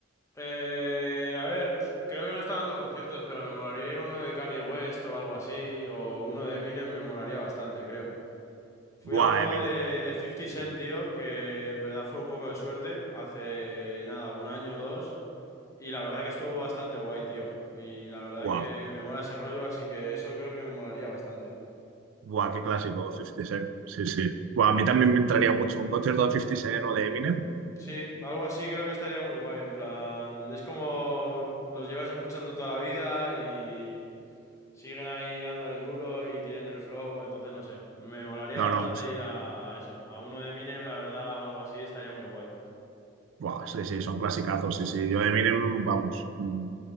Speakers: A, on the left; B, on the right.
A: eh, a ver, pf, creo que no está dando conciertos, pero me molaría ir a uno de Kanye West o algo así, o uno de Eminem me molaría bastante, creo. Fui
B: Buah,
A: a uno
B: Eminem.
A: de, de 50 Cent,
B: Bueno,
A: tío, que en verdad fue un poco de suerte, hace nada, un año o dos. Y la verdad que estuvo bastante guay, tío. Y la verdad
B: wow.
A: que me mola ese rollo, así que eso creo que me molaría bastante.
B: Buah, qué clásico, 50 Cent. Sí, sí. Buah, a mí también me entraría mucho un concierto de 50 Cent o de Eminem.
A: Sí, algo así creo que estaría muy guay. En plan, es como los llevas escuchando toda la vida y siguen ahí dándole duro y tienen el flow, entonces no sé. Me molaría
B: No,
A: bastante
B: no, son,
A: ir a eso, a uno de Eminem, la verdad, o algo así, estaría muy guay.
B: buah, sí, sí, son clasicazos, sí, sí. Yo de Eminem, vamos, mm,